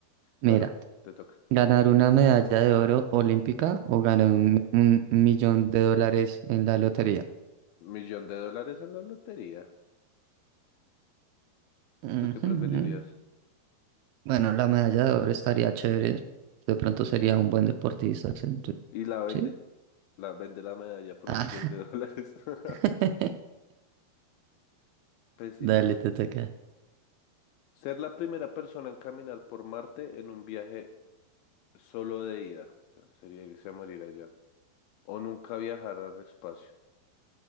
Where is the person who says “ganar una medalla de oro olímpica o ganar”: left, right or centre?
Right